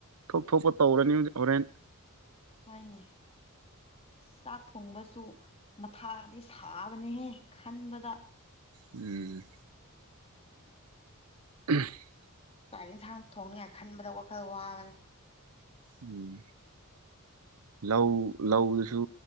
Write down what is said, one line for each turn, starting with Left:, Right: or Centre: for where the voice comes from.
Right: ꯊꯣꯛ ꯊꯣꯛꯄ ꯇꯧꯔꯅꯤ ꯍꯣꯔꯦꯟ
Left: ꯋꯥꯏꯅꯦ ꯆꯥꯛ ꯊꯣꯡꯕꯁꯨ ꯃꯊꯥꯗꯤ ꯁꯥꯕꯅꯦꯍꯦ ꯈꯟꯕꯗ
Right: ꯎꯝ <inaudible>
Left: ꯆꯥꯛ ꯌꯦꯟꯁꯥꯡ ꯊꯣꯡꯅꯤꯉꯥꯏ ꯈꯟꯕꯗ ꯋꯥꯈꯜ ꯋꯥꯕꯅꯦ
Right: ꯎꯝ ꯂꯧ ꯂꯧꯗꯨꯁꯨ